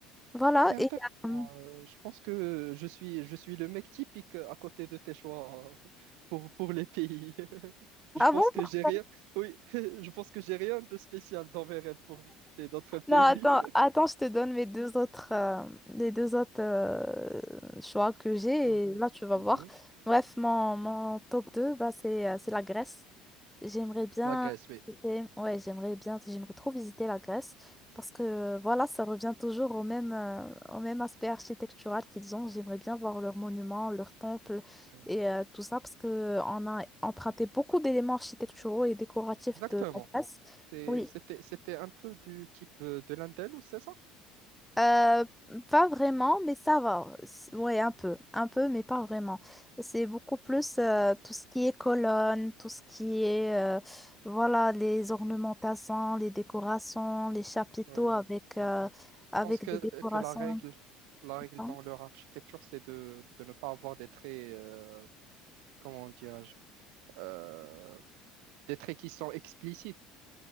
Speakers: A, in the centre; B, on the right (about 80°).
A: Voilà.
B: C'est intéressant.
A: Et, euh,
B: Euh, je pense que je suis, je suis le mec typique à côté de tes choix euh, pour, pour les pays. <laughs> Je
A: ah
B: pense
A: bon?
B: que
A: <laughs>
B: j'ai rien. Oui, <laughs> je pense que j'ai rien de spécial dans mes rêves pour visiter d'autres pays.
A: Non, attends,
B: <laughs>
A: attends, je te donne mes deux autres, euh, les deux autres euh, choix que j'ai
B: Mhm.
A: et là, tu vas
B: Mhm.
A: voir. Bref, mon, mon top deux bah, c'est, euh, c'est la Grèce. J'aimerais bien,
B: La Grèce, oui.
A: visiter- ouais, j'aimerais bien, j'aimerais trop visiter la Grèce parce que euh, voilà, ça revient toujours au même, euh, au même aspect architectural qu'ils ont. J'aimerais bien voir leurs monuments, leurs temples
B: Ouais.
A: et euh, tout ça parce que euh, on a emprunté beaucoup d'éléments architecturaux et décoratifs
B: Exactement.
A: de la Grèce.
B: T'es-
A: Oui,
B: C'était, c'était un peu du type euh, de l'Indel, ou c'est ça?
A: Euh, pas vraiment, mais ça va. C'est- Ouais, un peu, un peu, mais pas vraiment. C'est beaucoup plus euh, tout ce qui est colonnes, tout ce qui est, euh, voilà, les ornementations, les décorations, les chapiteaux
B: Oui,
A: avec, euh,
B: oui. Je
A: avec
B: pense que,
A: des décorations.
B: euh, que la règle, la règle
A: hein.
B: dans leur architecture, c'est de, de ne pas avoir des traits, euh, comment dirais-je, euh, des traits qui sont explicites.